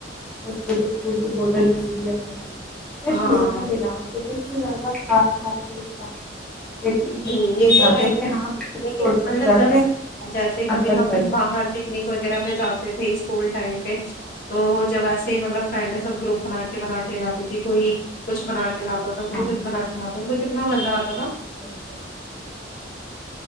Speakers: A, in the centre; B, on the left.
A: بچوں کے اسکول کی بوتل میں بھی دیا کر
B: ہاں
A: پورا نہ ملاؤ کیونکہ اس سے زیادہ کھانا کھانا ٹیسٹ آتا ہے لیکن اتنا
B: ہ یہ
A: ملا
B: تو ہے
A: دو
B: لیکن
A: کہ ہاں بچوں کی باڈی میں
B: مطلب
A: جا
B: جب
A: کے
B: جیسے کبھی
A: اثر
B: ہم
A: کرے
B: باہر پکنک وغیرہ پہ جاتے تھے اسکول ٹائم تو جب ایسے ہی مطلب فرینڈ ہے سب گروپ بنا کے بنا کے لے جاتی تھی کوئی کچھ بنا کے لا تو کوئی
A: ہاں
B: بنا ک لا کتنا مزہ آتا تھا
A: بالکل بالکل